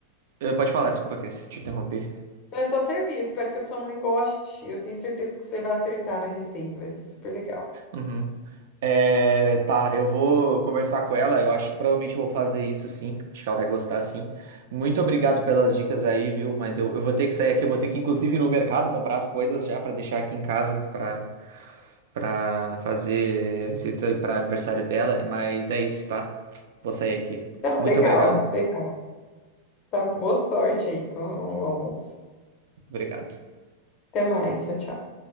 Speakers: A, on the right; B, on the left.
A: eh, Pode falar, desculpa, Cris, te interromper.
B: é só servir. Espero que a sua mãe goste. Eu tenho certeza que você vai acertar na receita, vai ser super legal.
A: Uhum. É, tá, eu vou conversar com ela. Eu acho que provavelmente eu vou fazer isso sim. Acho que ela vai gostar sim. Muito obrigado pelas dicas aí, viu? Mas eu, eu vou ter que sair aqui. Eu vou ter que, inclusive, ir no mercado comprar as coisas já pra deixar aqui em casa pra para fazer receita aí para aniversário dela. Mas é isso, tá? Vou sair aqui.
B: Não,
A: Muito
B: legal,
A: obrigado.
B: legal. Tá, boa sorte aí com o almoço.
A: Obrigado.
B: Até mais, tchau, tchau.